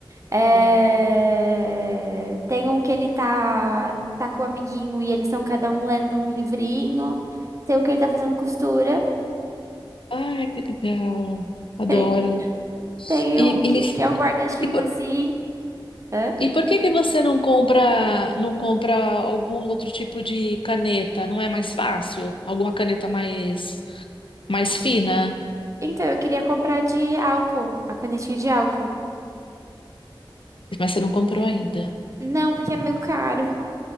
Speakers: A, on the right; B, on the left.
A: É...
B: Ah,
A: Tem um que ele tá, tá com o amiguinho e eles estão cada um lendo um livrinho. Tem um que ele tá fazendo costura.
B: Ai, que legal. Adoro.
A: Tem, tem
B: E,
A: um que,
B: e,
A: que é um guarda-chuva
B: e, por,
A: assim. Hã?
B: e por que que você não compra não compra algum outro tipo de caneta? Não é mais fácil? Alguma caneta mais mais fina?
A: Então, eu queria comprar de álcool, a canetinha de álcool.
B: Mas você não comprou ainda.
A: Não, porque é meio caro.